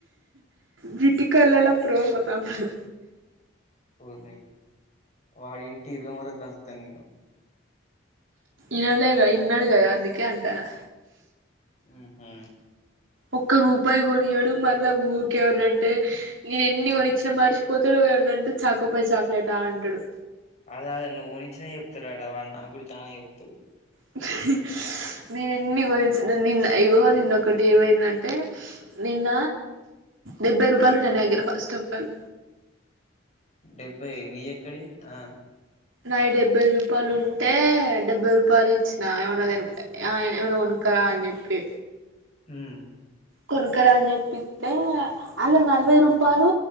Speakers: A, on the right (about 75°); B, on the left (about 35°).
A: బిటికలలో ప్రోమో తమ్ముడు.
B: ఊరిని వాడింటి ఇరుగమర్ దంచతార్ నీను
A: ఇయలే ఇన్నడు గదా అందుకే అంటానా.
B: ఉహుహ్
A: ఒక్క రూపాయి గూడా ఇయడు మళ్ళా ఊరికేమన్నా అంటే నేను ఎన్ని కొనిచ్చినా మర్చిపోతాడు. ఎవ్వనంటే చాకొపై చాక్లెటా అంటాడు.
B: అదే అదే నువ్వు ఊహిచ్చినై ఏప్తూరు అడా వన్ నా గూడా చానే ఎప్తూరు.
A: <unintelligible> నీన్ ఎన్ని గురించి నిన్న ఇగో నిన్నొక్కటి ఏమైందంటే నిన్న డెబ్బై
B: హ్మ్
A: రూపాయలు ఉన్నయ్ నా ఆగరా ఫస్టే ఫాల్
B: డెబ్బై నీ ఎక్కడియి ఆ
A: నా డెబ్బై రూపాయలు ఉంటే డెబ్బై రూపాలు ఇచ్చినా ఏవన్నా దీన్ ఆ ఏవన్నా కొన్ క్కరా ఆన్ జేప్పి
B: హుహ్
A: కొనుకరా అని ఏప్పితే అలా నలభై రూపాయలు